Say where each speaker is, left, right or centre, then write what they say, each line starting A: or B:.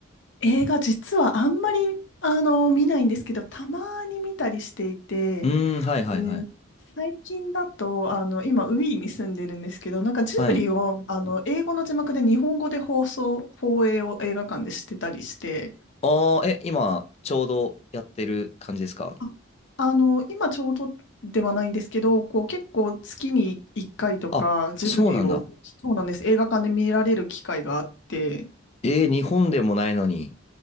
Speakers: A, on the left (about 60°); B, on the left (about 30°).
A: 映画、実はあんまり、あの、見ないんですけど、たまに見たりしていて、
B: うーん、はいはいはい。
A: えー、最近だと、あの、今、ウィーンに住んでるんですけど、なんかジブリを、
B: はい。
A: あの、英語の字幕で日本語で放送、放映を映画館でしてたりして、
B: ああ、え、今ちょうどやってる感じですか
A: あ、あの、今ちょうどではないんですけど、こう結構月に1回とかジブリを、
B: あ、そうなんだ。
A: そうなんです、映画館で見られる機会があって、
B: えー、日本でもないのに。